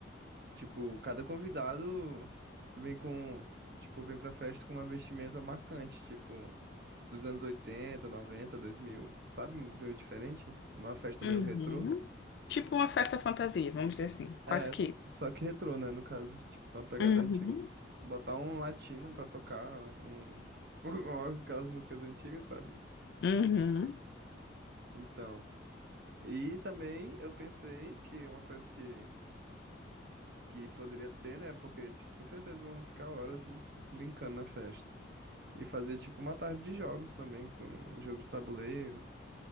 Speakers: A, on the right; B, on the left.
A: tipo, cada convidado vem com, tipo, vem pra festa com uma vestimenta marcante, tipo, dos anos oitenta, noventa, dois mil sabe, meio diferente? Uma festa
B: uhum.
A: meio retrô.
B: Tipo uma festa fantasia, vamos dizer assim,
A: É,
B: quase
A: s-
B: que.
A: só que retrô, né, no caso, tipo, uma pegada
B: Uhum,
A: antiga. Botar um latino pra tocar um, <laughs> aquelas músicas antigas, sabe?
B: uhum,
A: Então, e também eu pensei que uma coisa que, que poderia ter, né, porque, tipo, com certeza vamos ficar horas brincando na festa. E fazer tipo uma tarde de jogos também, com jogo de tabuleiro,